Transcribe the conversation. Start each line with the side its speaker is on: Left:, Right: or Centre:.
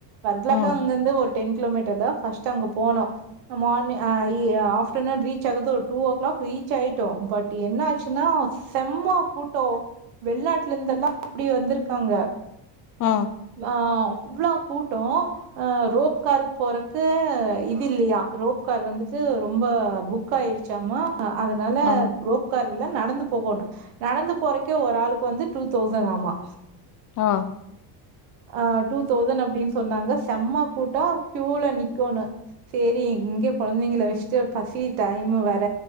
Right: வர்கலாக்கு
Left: ம்
Right: அங்கிருந்து ஒரு டென் கிலோமீட்டர் தா ஃபர்ஸ்ட் அங்க போனோ மார்னிங் அ இ ஆ ஆப்டர்நூன் ரீச் ஆகுது ஒரு டூ ஓ கிளாக் ரீச் ஆயிட்டோ பட் என்ன ஆச்சுன்னா செம்மா கூட்டோ வெள்நாட்ல இருந்தெல்லா அப்டி வந்த்ருக்காங்க
Left: ஆ
Right: லா அவ்ளோ கூட்டோ ஆ ரோப்கார் போறக்கு இது இல்லையா ரோப்கார் வந்துட்டு ரொம்ப புக் புக்காயிடுச்சாமா அதுனால
Left: ம்
Right: ரோப் உக்காரு இல்ல நடந்து போகணு நடந்து போறக்கே ஒரு ஆளுக்கு வந்து டூ தௌசன் ஆமா
Left: ஆ
Right: அ டூ தௌசன் அப்டின் சொன்னாங்க செம்ம கூட்டோ கியூல நிக்கணோ சேரி இங்க குழந்தைங்கள வச்சிட்டு பசி டைமு வேற